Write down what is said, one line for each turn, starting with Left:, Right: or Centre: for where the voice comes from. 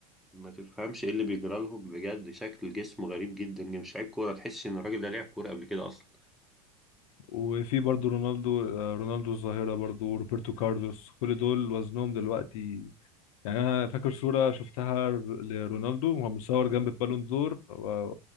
Centre: ما تفهمش ايه اللي بيجرى لهم بجد شكل جسمه غريب جدا يعني مش لعيب كوره تحس ان الراجل ده لعب كوره قبل كده اصلا
Left: وفي برضو رونالدو آه، رونالدو الظاهرة برضو وروبرتو كارلوس كل دول وزنهم دلوقتي يعني أنا فاكر صورة شفتها لرونالدو وهو متصور جنب البالون دور و...